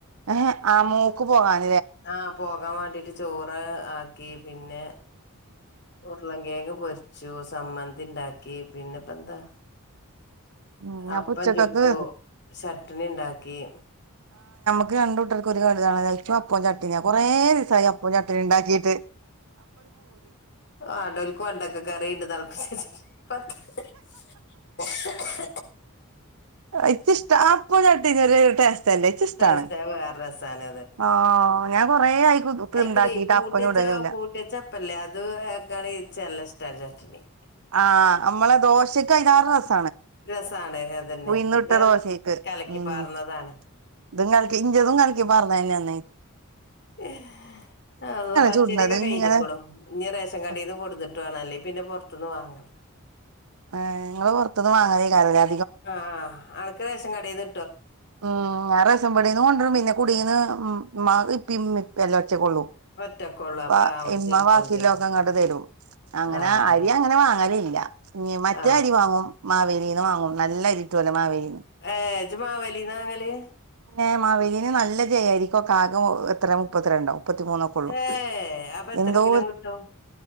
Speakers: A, on the right (about 75°); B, on the left (about 55°).
A: ഏഹ് ആ മൂക്ക് പോകാൻ
B: ആഹ് പോകാൻ വേണ്ടിട്ട് ചോറ് ആക്കി പിന്നെ ഉർളൻകേങ് പൊര് ച്ചൂ സമ്മന്തിണ്ടാക്കി പിന്നെപ്പന്താ
A: ഉം അപ്പൊ
B: അപ്പം
A: ഉച്ചക്കക്ക്
B: ചുട്ടു ചട്ടിണി ണ്ടാക്കി
A: ക്ക്‌ രണ്ടൂട്ടർക്കും ഒരു <unintelligible> ഇച്ചും അപ്പോം ചട്ടിനിയ കുറേ ദിവസായി അപ്പോം ചട്ടിനിം ണ്ടാക്കിട്ട്
B: വാണ്ടോൽക്ക് വെണ്ടക്ക കറിണ്ട് തൾപ്പിച്ചെച്ച്ട്ട് പത്ത്
A: ഇച്ച്ഷ്ട അപ്പോം ചട്ടിനിം ഒര് ടേസ്റ്റല്ലേ ഇച്ചിഷ്ടാണ്
B: ടേസ്റ്റ് അത് വേറെ രസാണ്
A: ആ ഞാൻ കൊറേ ആയി
B: അയിക്കൂടെയ്
A: ഇണ്ടാക്കിട്ട്
B: കൂട്ടിയെച്ച
A: അപ്പം ചുടലില്ല
B: കൂട്ടിയച്ചപ്പല്ലേ അത് ച്ചല്ലഷ്ട <unintelligible>
A: ആഹ് അമ്മളെ ദോശക്ക് അയ്ലാറെ രസ
B: രസാണ് അതന്നെ
A: ഉഴ്ന്നിട്ട
B: ഇത്
A: ദോശീക്ക്
B: കലക്കി
A: ഉം
B: പാർന്നതാണ്
A: ഇ ഇഞ്ചതും കലക്കി പാർന്നെന്നേണ്
B: ഏ ആള്ളാ പച്ചയ്രിയൊക്കെ
A: ചുടണത്
B: കഴിഞ്ഞ്ക്കുണു
A: ഇങ്ങനെ
B: ഇഞ്ഞി റേഷൻകടീന്ന്
A: ആ
B: കൊടുന്ന്ട്ട് വാണം അല്ലേ പിന്നെ പുറ ത്ത്ന്ന് വാങ്ങണം
A: ആ ങ്ങള് പുറത്തുന്ന് വാങ്ങലെയ്ക്കാരംലേ
B: ആഹ് അനക്ക് റേഷൻ കടീന്ന്
A: ഉം ഞാൻ റേഷംപീടീന്ന് കൊണ്ടരും പിന്നെ കുടീന്ന് മ്മാക്ക് ഇപ്പിമ്മീ റ്റക്കൊള്ളു
B: ഒറ്റക്കൊള്ളൂ അപ്പൊ
A: പ്പ
B: അവിടുന്ന്
A: ഇമ്മ
B: എടുത്തോണ്ടരും
A: ബാക്കിയില്ലോക്കെങ്ങട്ട് തരും അങ്ങനെ
B: ആഹ്
A: അരി അങ്ങനെ വാങ്ങല ല്ല മറ്റേ
B: ആഹ്
A: അരി വാങ്ങും മാവേലീന്ന് വാങ്ങും നല്ല അരിട്ടോലൊ മാവേലി
B: ഏജുമാവേലീന്നാങ്ങല്?
A: ഏ മാവലീല് നല്ല ജയ അരിക്കൊക്കെ ആകെ എത്ര മുപ്പത്തിരണ്ടൊ മുപ്പത്തിമൂന്നൊക്കൊള്ളു
B: ഏഹ് അപ്പൊ എത്ര
A: എന്തോ
B: കിലോ കിട്ടും